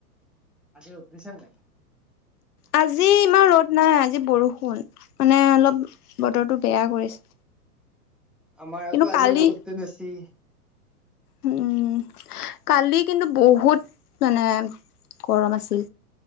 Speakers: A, in the centre; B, on the left.
A: আজি ৰ'দ দিছেনে নাই?
B: আজি ইমান ৰ'দ নাই। আজি বৰষুণ, মানে অলপ বতৰটো বেয়া কৰিছে।
A: আমাৰ
B: কিন্তু
A: আকৌ আজি,
B: কালি
A: ৰ'দটো বেছি।
B: উম, কালি কিন্তু বহুত মানে, গৰম আছিল।